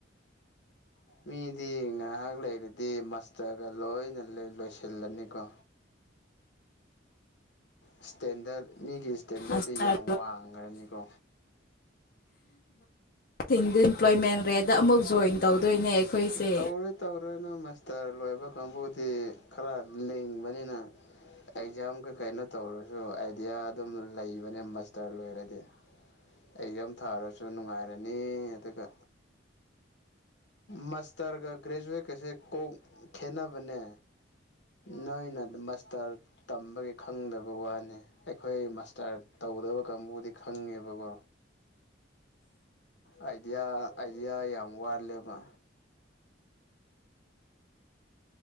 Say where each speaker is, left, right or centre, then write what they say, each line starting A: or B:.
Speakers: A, on the left; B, on the left.
A: ꯃꯤꯗꯤ ꯉꯥꯏꯍꯥꯛ ꯂꯩꯔꯗꯤ ꯃꯁꯇꯔꯒ ꯂꯣꯏꯅ ꯂꯣꯏꯁꯤꯜꯂꯅꯤꯀꯣ ꯏꯁꯇꯦꯟꯗꯔ ꯃꯤꯒꯤ ꯏꯁꯇꯦꯟꯗꯔꯗꯤ
B: ꯃꯥꯁꯇꯔ
A: ꯌꯥꯝ ꯋꯥꯡꯉꯅꯤꯀꯣ
B: ꯑꯟꯏꯝꯄ꯭ꯂꯣꯏꯃꯦꯟ ꯔꯦꯗ ꯑꯃꯨꯛ ꯖꯣꯏꯟ ꯇꯧꯗꯣꯏꯅꯦ ꯑꯩꯈꯣꯏꯁꯦ
A: ꯇꯧꯔꯣꯏ ꯇꯧꯔꯣꯏ ꯅꯪ ꯃꯥꯁꯇꯔ ꯂꯣꯏꯕ ꯀꯥꯡꯕꯨꯗꯤ ꯈꯔ ꯂꯤꯡꯕꯅꯤꯅ ꯑꯦꯛꯖꯥꯝ ꯀꯩ ꯀꯩꯅꯣ ꯇꯧꯔꯁꯨ ꯑꯥꯏꯗꯤꯌꯥ ꯑꯗꯨꯝ ꯂꯩꯕꯅꯦ ꯃꯥꯁꯇꯔ ꯂꯣꯏꯔꯗꯤ ꯑꯦꯛꯖꯥꯝ ꯊꯥꯔꯁꯨ ꯅꯨꯡꯉꯥꯏꯔꯅꯤ ꯑꯗꯨꯒ ꯃꯥꯁꯇꯔꯒ ꯒ꯭ꯔꯦꯖꯨꯋꯦꯠꯀꯁꯦ ꯀꯣꯛ ꯈꯦꯠꯅꯕꯅꯦ ꯅꯣꯏꯅ ꯃꯁꯇꯔ ꯇꯝꯕꯒꯤ ꯈꯪꯗꯕꯩ ꯋꯥꯅꯤ ꯑꯩꯈꯣꯏ ꯃꯥꯁꯇꯔ ꯇꯧꯗꯕ ꯀꯥꯡꯕꯨꯗꯤ ꯈꯪꯉꯦꯕꯀꯣ ꯑꯥꯏꯗꯤꯌꯥ ꯑꯥꯏꯗꯤꯌꯥ ꯌꯥꯝ ꯋꯥꯠꯂꯦꯕ